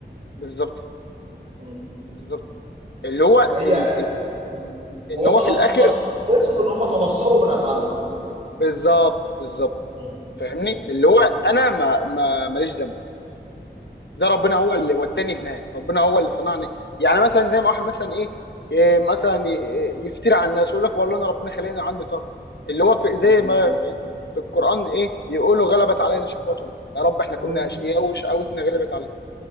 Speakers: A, on the left (about 65°); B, on the right (about 40°).
A: بالظبط
B: مم.
A: بالظبط اللي هو
B: فهي
A: ان ان
B: مم.
A: ان
B: هو
A: هو
B: تنص
A: في الاخر
B: تن... تقصد ان هم تنصلوا من افعالهم
A: بالظبط بالظبط
B: مم.
A: فاهمني
B: مم.
A: اللي هو انا ما ما ماليش ذنب ده ربنا هو اللي وداني هناك ربنا هو اللي صنعني يعني مثلا زي ما واحد مثلا ايه إيه مثلا ي- يفتري على الناس يقول لك والله انا ربنا خلاني عندي طاقه اللي هو في زي
B: مم.
A: ما في, في القران ايه بيقولوا غلبت علينا شقوتنا يا رب احنا كنا
B: مم.
A: اشقياء وشقوتنا غلبت علينا